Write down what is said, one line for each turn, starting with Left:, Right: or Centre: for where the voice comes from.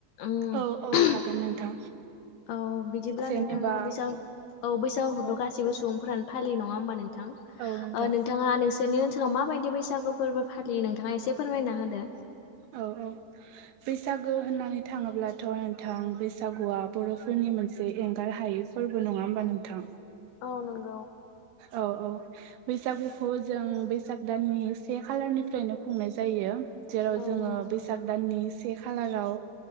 Left: उ
Right: औ औ हागोन
Left: <inaudible>
Right: नोंथां
Left: औ बिदिब्ला
Right: जेनेबा
Left: नोंथाङा बैसा औ बैसागथ'
Right: औ
Left: गासिबो सुबुंफोरानो फालि नङा होमबा नों थां।
Right: औ नोंथां
Left: नोंथाङा नोंसोरनि ओनसो लाव माबायदि बैसागु फोरबो फालियो नोंथाङा एसे फोरमायना होदो।
Right: औ औ बैसागो होननानै थाङोब्लाथ' नोंथां बैसागुआ बर'फोरनि मोनसे एंगार हायै फोरबो नङा होमबा नोंथां।
Left: औ नंग
Right: औ औ बैसागुखौ जों बैसाग दाननि से खालारनिफ्रायनो खुंनाय जायो जेराव
Left: औ
Right: जोङो
Left: नंगौ नोंथां
Right: बैसाग दाननि से खालार ओ